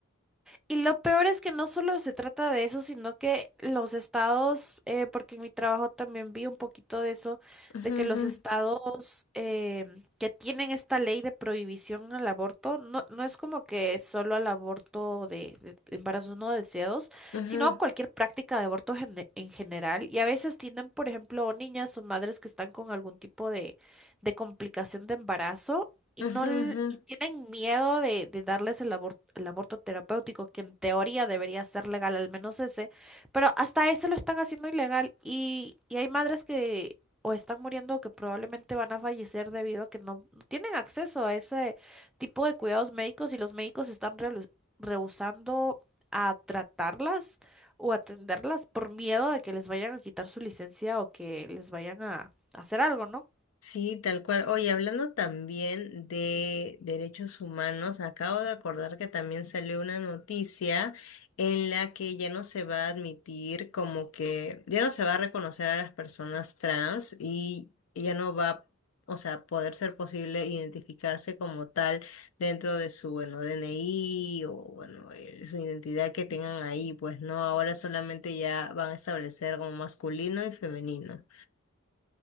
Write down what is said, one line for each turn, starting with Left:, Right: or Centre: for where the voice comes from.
Centre: Y lo peor es que no solo se trata de eso, sino que los estados, eh, porque en mi trabajo también vi un poquito de eso,
Left: Ujú,
Centre: de que
Left: ujú,
Centre: los estados eh, que tienen esta ley de prohibición al aborto, no, no es como que solo al aborto de, de embarazos no deseados,
Left: ujú,
Centre: sino
Left: ujú,
Centre: a cualquier práctica de aborto gene- en general. Y a veces tienen, por ejemplo, niñas o madres que están con algún tipo de, de complicación de embarazo y
Left: ujú,
Centre: no l-
Left: ujú.
Centre: y tienen miedo de, de darles el aborto, el aborto terapéutico, que en teoría debería ser legal, al menos ese, pero hasta ese lo están haciendo ilegal y, y hay madres que o están muriendo o que probablemente van a fallecer debido a que no, no tienen acceso a ese tipo de cuidados médicos y los médicos están relu- rehusando a tratarlas o atenderlas por miedo de que les vayan a quitar su licencia o que les vayan a hacer algo, ¿no?
Left: Sí, tal cual. Oye, hablando también de derechos humanos, acabo de acordar que también salió una noticia en la que ya no se va a admitir como que ya no se va a reconocer a las personas trans y ya no va, o sea, poder ser posible identificarse como tal dentro de su, bueno, DNI o, bueno, el- su identidad que tengan ahí, pues no, ahora solamente ya van a establecer como masculino y femenino.